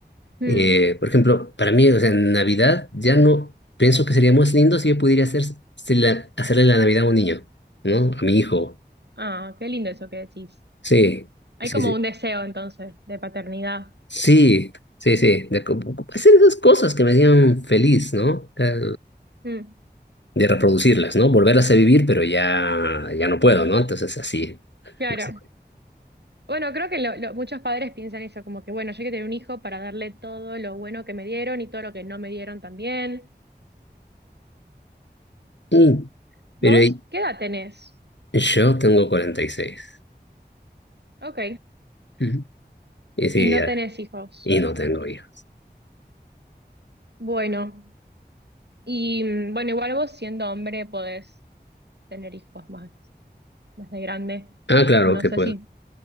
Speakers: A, on the right; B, on the left.
A: mm.
B: Eh, por ejemplo, para mí, o sea, en Navidad ya no, pienso que sería más lindo si yo pudiera hacer, se la- hacerle la Navidad a un niño, ¿no? A mi hijo.
A: Ah, qué lindo eso que decís.
B: Sí,
A: Hay
B: sí,
A: como
B: sí.
A: un deseo entonces de paternidad.
B: Sí, sí, sí. De co- co- hacer esas cosas que me hacían feliz, ¿no? Ca-
A: Mm,
B: De reproducirlas, ¿no? Volverlas a vivir, pero ya, ya no puedo, ¿no? Entonces, así.
A: claro.
B: Así.
A: Bueno, creo que lo- lo- muchos padres piensan eso, como que bueno, yo quiero tener un hijo para darle todo lo bueno que me dieron y todo lo que no me dieron también.
B: Uh,
A: ¿Vos
B: pero y-
A: qué edad tenés?
B: yo tengo 46.
A: Ok.
B: Ujú. Y es
A: Y
B: ideal.
A: no tenés hijos.
B: Y no tengo hijos.
A: Bueno. Y mm, bueno, igual vos siendo hombre podés tener hijos más, más de grande.
B: Ah, claro
A: No
B: que
A: sé
B: puedo.
A: si